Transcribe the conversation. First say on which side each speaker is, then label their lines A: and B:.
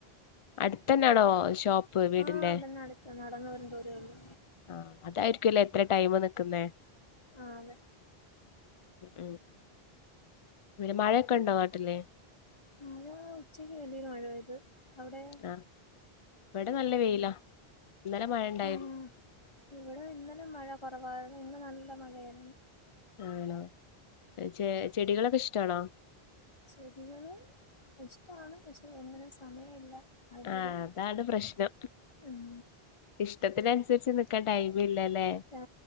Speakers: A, on the left (about 55°); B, on the left (about 25°).
A: അടുത്തന്നെയാണോ ഷോപ്പ്. വീടിന്റെ
B: ആഹ് ഇവിടന്നടുത്ത് നടന്നുവരും ദൂരവൊള്ളു.
A: ആ അതായിരിക്കുവല്ലേ ഇത്ര ടൈമ് നിക്കുന്നെ.
B: ആഹ് അതെ
A: ഉം പിന്നെ മഴയൊക്കെയൊണ്ടോ നാട്ടില്.
B: മഴ ഉച്ചയ്ക്ക് വലിയൊരു മഴപെയ്ത് അവിടെയൊ
A: ആ ഇവിടെ നല്ല വെയിലാ ഇന്നലെ മഴ ഇണ്ടായിരുന്നു.
B: ഉം ഇവിടെ ഇന്നലെ മഴ കൊറവായിരുന്നു ഇന്ന് നല്ല മഴയായിരുന്നു.
A: ആണോ ചെ ചെടികളൊക്കെ ഇഷ്ടാണോ.
B: ചെടികള് ഇഷ്ടാണ് പക്ഷെ ഒന്നിനും സമയമില്ല. അതിന്റെ
A: ആ
B: ഒരു
A: അതാണ് പ്രശ്നം
B: ഉം
A: ഇഷ്ടത്തിനനുസരിച്ച് നി ക്കാൻ ടൈമില്ലാല്ലേ
B: ആ